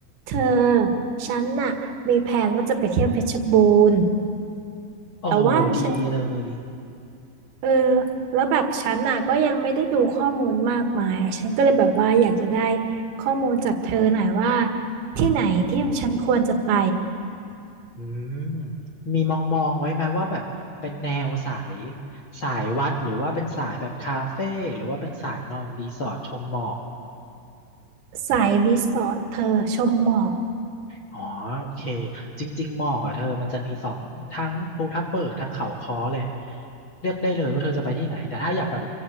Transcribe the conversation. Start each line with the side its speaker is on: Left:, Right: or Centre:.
Right: เธอฉันน่ะมีแผนว่าจะไปเที่ยวเพชรบูรณ์
Left: โอ้โหดีเลย
Right: แต่ว่าฉันเออแล้วแบบฉันน่ะก็ยังไม่ได้ดูข้อมูลมากมายอะฉันก็เลยแบบว่าอยากจะได้ข้อมูลจากเธอหน่อยว่าที่ไหนที่ฉันควรจะไป
Left: อืมมีมองมองไว้ไหมว่าแบบเป็นแนวสายสายวัดหรือว่าเป็นสายแบบคาเฟ่หรือว่าเป็นสายนอนรีสอร์ทชมหมอก
Right: สายรีสอร์ทเธอชมหมอก
Left: อ๋อโอเคจริงๆหมอกอ่ะเธอมันจะมีสองทั้งภูทับเบิกทั้งเขาค้อเลยเลือกได้เลยว่าเธอจะไปที่ไหนแต่ถ้าอยากแบบ